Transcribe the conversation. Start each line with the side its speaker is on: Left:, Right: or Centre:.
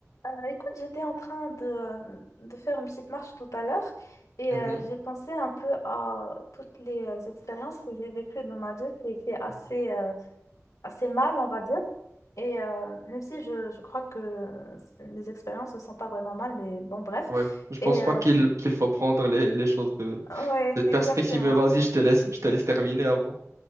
Left: Euh, Écoute, j'étais en train de, euh, de faire une petite marche tout à l'heure et
Right: Mhm.
Left: euh, j'ai pensé un peu à toutes les euh, expériences que j'ai vécues dans ma vie qui étaient assez,
Right: Mhm.
Left: euh, assez mal, on va dire. Et euh, même si je, je crois que les expériences ne sont pas vraiment mal, mais bon, bref.
Right: Ouais, je pense
Left: Et
Right: pas
Left: euh,
Right: qu'il qu'il faut prendre les, les choses de,
Left: ouais,
Right: de perspective,
Left: <laughs> exactement.
Right: mais vas-y, je te laisse, je te laisse terminer avant.